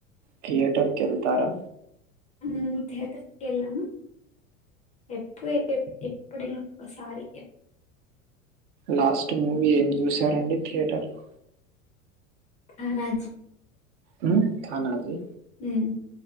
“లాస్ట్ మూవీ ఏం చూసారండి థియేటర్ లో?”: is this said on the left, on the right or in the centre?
Right